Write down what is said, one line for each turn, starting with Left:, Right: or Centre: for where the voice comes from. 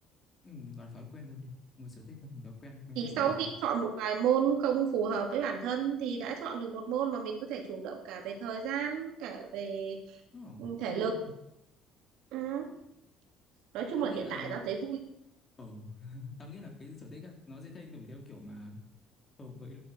Left: ừ, gọi là thói quen luôn đi một sở thích mà thành thói quen mày
Right: thì
Left: thay đổi
Right: sau
Left: như nào
Right: khi chọn một vài môn không phù hợp với bản thân thì đã chọn được một môn mà mình có thể chủ động cả về thời gian cả về
Left: Ồ,
Right: ừ, thể
Left: hợp
Right: lực
Left: lý
Right: ừ. nói chung
Left: tao
Right: là
Left: nghĩ
Right: hiện
Left: là
Right: tại tao thấy vui
Left: ừ, <laughs> tao nghĩ là cái sở thích á, nó sẽ thay đổi theo kiểu mà hợp với